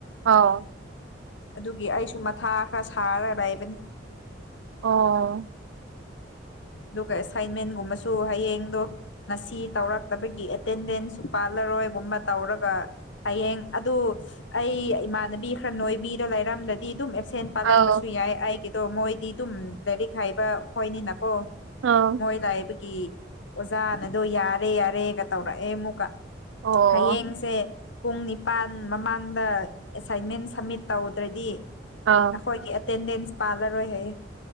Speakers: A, on the right; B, on the left.
A: ꯑꯥꯎ
B: ꯑꯗꯨꯒꯤ ꯑꯩꯁꯨ ꯃꯊꯥ ꯈꯔ ꯁꯥꯔ ꯂꯩꯕꯅꯤ
A: ꯑꯣ
B: ꯑꯗꯨꯒ ꯑꯦꯁꯥꯏꯟꯃꯦꯟꯒꯨꯝꯕꯁꯨ ꯍꯌꯦꯡꯗꯣ ꯉꯁꯤ ꯇꯧꯔꯛꯇꯕꯒꯤ ꯑꯦꯇꯦꯟꯗꯦꯟꯁꯁꯨ ꯄꯥ ꯍꯜꯂꯔꯣꯏꯒꯨꯝꯕ ꯇꯧꯔꯒ ꯍꯌꯦꯡ ꯑꯗꯨ ꯑꯩ ꯏꯃꯥꯟꯅꯕꯤ ꯈꯔ ꯅꯣꯏꯕꯤꯗꯣ ꯂꯩꯔꯝꯗ꯭ꯔꯗꯤ ꯑꯗꯨꯝ ꯑꯦꯕ ꯁꯦꯟ ꯄꯥꯜꯂꯝꯕꯁꯨ
A: ꯑꯥꯎ
B: ꯌꯥꯏ ꯑꯩꯒꯤꯗꯣ ꯃꯣꯏꯗꯤ ꯑꯗꯨꯝ ꯂꯥꯏꯔꯤꯛ ꯍꯩꯕ ꯍꯣꯏꯅꯤꯅꯀꯣ
A: ꯑꯥꯎ
B: ꯃꯣꯏ ꯂꯩꯕꯒꯤ ꯑꯣꯖꯥꯅꯗꯣ ꯌꯥꯔꯦ ꯌꯥꯔꯦꯒ ꯇꯧꯔꯛꯑꯦ ꯑꯃꯨꯛꯀ
A: ꯑꯣ
B: ꯍꯌꯦꯡꯁꯦ ꯄꯨꯡ ꯅꯤꯄꯥꯟ ꯃꯃꯥꯡꯗ ꯑꯦꯁꯥꯏꯟꯃꯦꯟ ꯁꯝꯃꯤꯠ ꯇꯧꯗ꯭ꯔꯗꯤ
A: ꯑꯥ
B: ꯑꯩꯈꯣꯏꯒꯤ ꯑꯦꯇꯦꯟꯗꯦꯟꯁ ꯄꯥꯜꯂꯔꯣꯏ ꯍꯥꯏꯌꯦ